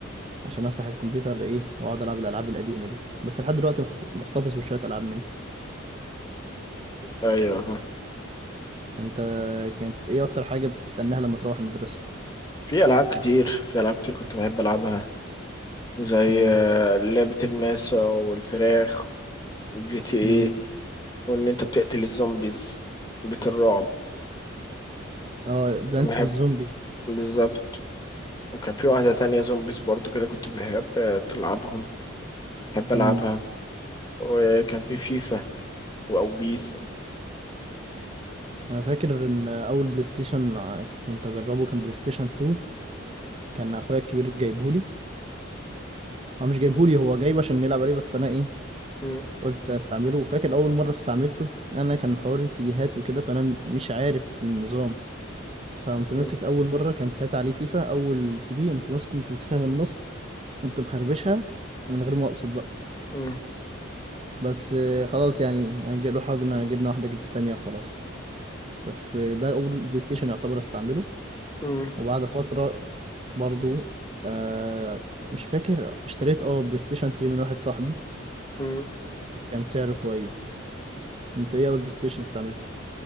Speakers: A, on the right; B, on the left.
A: عشان افتح الكمبيوتر ايه واقعد العب الالعاب القديمه دي بس لحد دلوقتي محف- محتفظ بشويه العاب منه
B: أيوه
A: انت كانت ايه اكتر حاجه بتستناها لما تروح المدرسه
B: في ألعاب كتير في ألعاب كتير كنت بحب ألعبها زي
A: امم
B: آه، لعبة الماسة والفراخ والجي تي ايه
A: امم
B: وإن أنت بتقتل الزومبيز بيت الرعب
A: اه بلانس
B: أنا بحب
A: بالزومبي
B: بالظبط وكان في واحدة تانية زومبيز برضو كده كنت بحب آه، تلعبهم بحب ألعبها
A: امم
B: وكان في فيفا وأو بيس
A: انا فاكر ان اول بلاي ستيشن آه، كنت اجربه كان بلاي ستيشن 2 كان اخويا الكبير جايبهولي هو مش جايبهولي
B: م-
A: هو جايبه عشان نلعب عليه بس انا ايه
B: م-
A: قلت استعمله فاكر اول مره استعملته انا كان حوار السيديهات وكده فانا م- مش عارف النظام فقمت
B: م-
A: ماسك اول مره كان ساعتها عليه فيفا اول سي دي قمت ماسكه قمت ماسكها من النص قمت مخربشها من غير ما اقصد بقى
B: م-
A: بس آه، خلاص يعني يعني جي- روحنا جبنا واحده جد- تانية وخلاص بس آه، ده اول بلاي ستيشن يعتبر استعمله
B: م-
A: وبعد فتره برضو آه مش فاكر اشتريت اه بلاي ستيشن 3 من واحد صاحبي
B: م.
A: كان سعره كويس انت ايه اول بلاي ستيشن استعملته